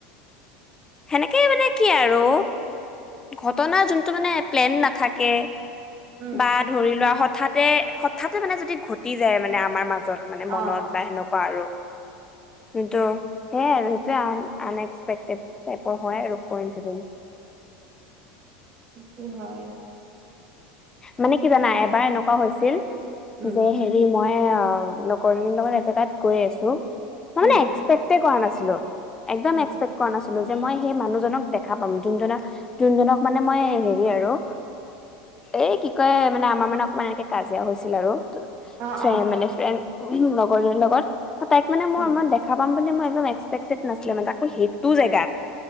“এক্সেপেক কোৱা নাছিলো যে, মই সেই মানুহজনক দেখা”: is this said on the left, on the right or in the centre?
Left